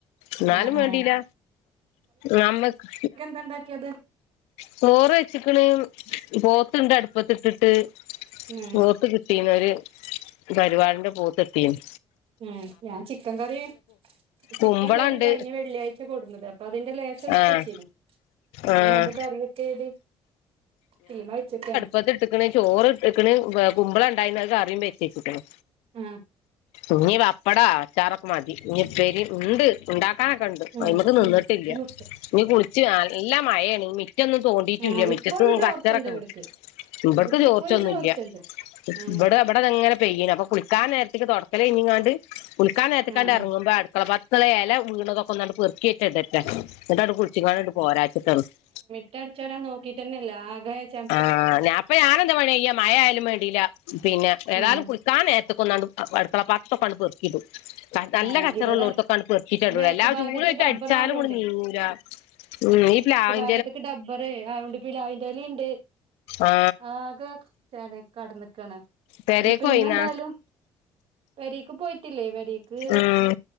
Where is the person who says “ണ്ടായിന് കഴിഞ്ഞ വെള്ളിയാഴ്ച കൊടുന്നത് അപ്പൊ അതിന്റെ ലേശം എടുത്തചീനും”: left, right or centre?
Right